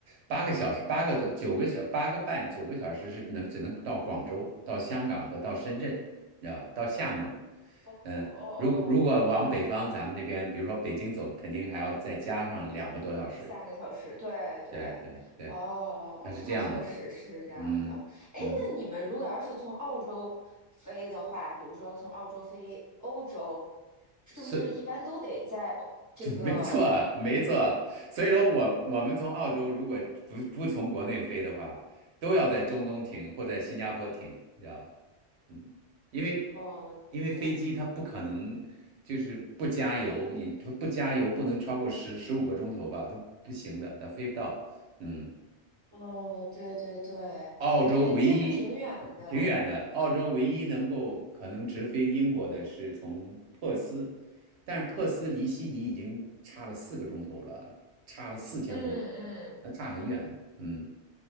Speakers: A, on the right; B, on the right.
A: 八个小时，八个多，九个小，八个半，九个小时是能只能到广州、到香港和到深圳，你知道，到厦门。
B: 哦哦哦，
A: 嗯，如果如果往北方，咱们那边，比如说北京走，肯定还要再加上两个多小时。
B: 三个小时，对对，
A: 对对对，
B: 哦哦哦，
A: 它是这样的。
B: 那确实是这样的。
A: 嗯嗯，
B: 哎，那你们如果要是从澳洲飞的话，比如说从澳洲飞欧洲，是不是一般都得在这个？
A: 是，<laughs> 没错没错。所以说我我们从澳洲如果不不从国内飞的话，都要在中东停或在新加坡停，你知道。吧？嗯，因为
B: 哦，
A: 因为飞机它不可能就是不加油，
B: 对，
A: 你不加油不能超过十十五个钟头吧，它不行的，它飞不到。嗯，
B: 哦，对对对，
A: 澳洲唯一
B: 因为真的挺远的。
A: 挺远的，澳洲唯一能够可能直飞英国的是从珀斯，但是珀斯离悉尼已经差了四个钟头了，差了四千公里，
B: 嗯嗯。
A: 那差很远。嗯，